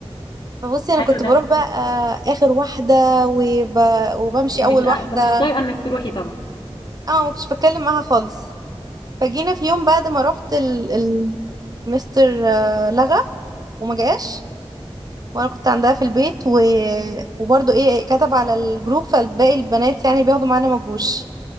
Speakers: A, on the right (about 40°); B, on the left (about 50°).
A: فبصي
B: حلو
A: انا كنت
B: ده
A: بروح بقى آه، اخر واحدة وب... وبمشي
B: مش
A: اول واحدة
B: مش طايقة انك تروحي طبعا
A: اه ما كنتش بتكلم معاها خالص فجينا في يوم بعد ما رحت ال... ال... مستر آه، لغى وما جاش وانا كنت عندها في البيت و... وبرضه ايه كتب على الجروب فالباقي البنات يعني بياخدوا معانا ما جوش